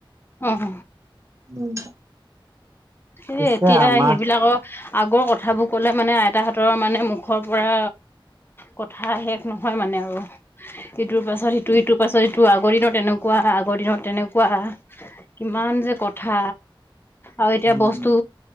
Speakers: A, on the left; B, on the right.
A: অ' হ।
B: উম।
A: এ
B: পিছে
A: এতিয়া
B: আমাৰ
A: সেইবিলাক আগৰ কথাবোৰ ক'লে মানে আইতাহঁতৰ মানে মুখৰ পৰা কথা শেষ নহয় মানে আৰু। ইটোৰ
B: উম
A: পাছত সিটো ইটোৰ পাছত টো, আগৰ দিনত এনেকুৱা, আগৰ দিনত তেনেকুৱা, কিমান যে কথা। আৰু এতিয়া
B: উম
A: বস্তু